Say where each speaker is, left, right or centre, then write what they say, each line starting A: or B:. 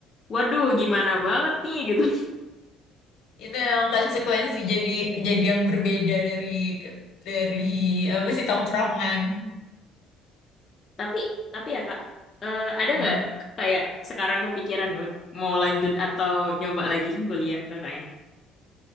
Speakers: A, on the left; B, on the left.
A: waduh, gimana banget nih gitu. <laughs>
B: itu yang konsekuensi jadi jadi yang berbeda dari dari apa sih tongkrongan.
A: Tapi, tapi ya Kak, eh, ada
B: Hmm,
A: nggak kayak sekarang kepikiran Nut, mau lanjut atau nyoba lagi kuliah kakaknya?